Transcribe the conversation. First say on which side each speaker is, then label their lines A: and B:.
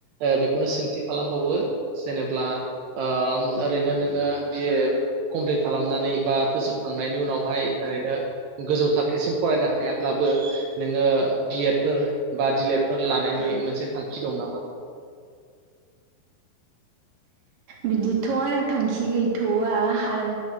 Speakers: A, on the right (about 80°); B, on the right (about 60°).
A: ओ बेखौनो सोंथि खालामबावो जेनेब्ला ओम ओरैनो नोंङो बिए कमप्लिट खालामनानै बा फोजोबखांनायनि उनावहाय ओरैनो गोजौ थाखोसिम फरायनो हायाब्लाबो नोंङो बिएद फोर बा दिलेटफोर लानायनि मोनसे थांखि दं नामा।
B: बिदिथ' आंनाव थांखि गैथवा हा